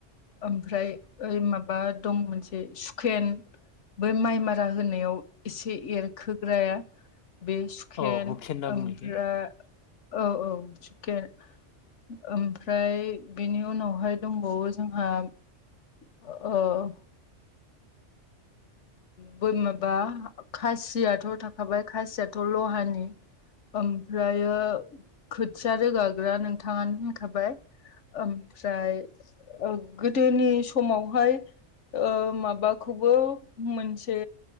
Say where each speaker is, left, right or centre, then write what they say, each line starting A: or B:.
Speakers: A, on the left; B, on the left.
A: ओमफ्राय ओइ माबा दं मोनसे कुकेन बै माइ मारा होनायाव एसे एरखोग्राया बे सुकेन
B: औ हुखेन होनना
A: ओमफ्राय
B: बुङो इखो
A: औ औ सुकेन ओमफ्राय बेनि उनावहाय दंबावो जोंहा ओ ब माबा खासियाथ' थाखाबाय खासियाथ' लहानि ओमफ्रायो खोथिया रोगाग्रा नोंथाङानो होनखाबाय ओमफ्राय गोदोनि समावहाय ओ माबाखौ मोनसे